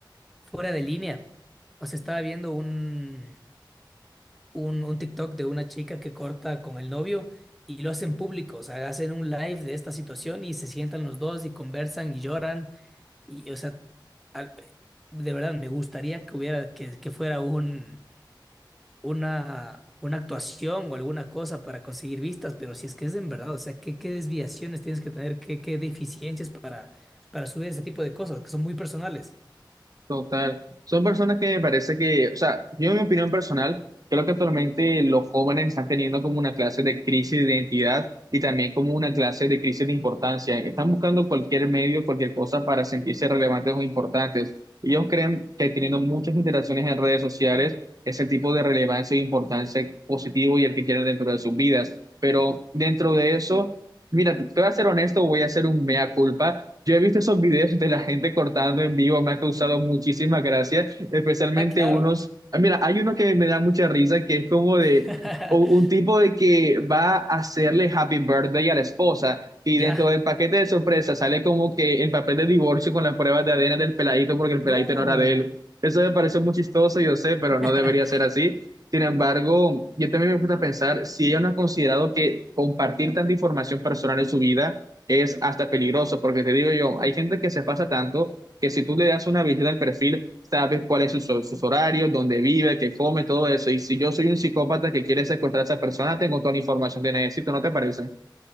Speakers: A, in the centre; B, on the right.
A: fuera de línea. O sea, estaba viendo un, un, un TikTok de una chica que corta con el novio y lo hacen público, o sea, hacen un live de esta situación y se sientan los dos y conversan y lloran y, o sea, al- eh, de verdad me gustaría que hubiera, que, que fuera un, una, una actuación o alguna cosa para conseguir vistas, pero si es que es en verdad, o sea, ¿qué, qué desviaciones tienes que tener, qué, qué deficiencias para, para subir ese tipo de cosas que son muy personales?
B: Total. Son personas que me parece que, o sea, yo en mi opinión personal, creo que actualmente los jóvenes están teniendo como una clase de crisis de identidad y también como una clase de crisis de importancia. Están buscando cualquier medio, cualquier cosa para sentirse relevantes o importantes. Ellos creen que teniendo muchas interacciones en redes sociales, ese tipo de relevancia e importancia positivo y el que quieren dentro de sus vidas. Pero dentro de eso... Mira, te te voy a ser honesto, voy a hacer un mea culpa. Yo he visto esos videos de la gente cortando en vivo, me ha causado muchísima gracia, especialmente
A: Ah, claro.
B: unos, ah, mira, hay uno que me da mucha risa, que es como de
A: <laughs>
B: u- un, tipo de que va a hacerle happy birthday a la esposa y
A: Ya.
B: dentro del paquete de sorpresa sale como que el papel de divorcio con las pruebas de ADN del peladito porque el
A: No.
B: peladito no era de él. Eso me parece muy chistoso, yo sé, pero no
A: <laughs>
B: debería ser así. Sin embargo, yo también me gusta pensar si ellos no ha considerado que compartir tanta información personal en su vida es hasta peligroso, porque te digo yo, hay gente que se pasa tanto que si tú le das una visita al perfil, sabes cuáles son sus, sus horarios, dónde vive, qué come, todo eso. Y si yo soy un psicópata que quiere secuestrar a esa persona, tengo toda la información que necesito, ¿no te parece?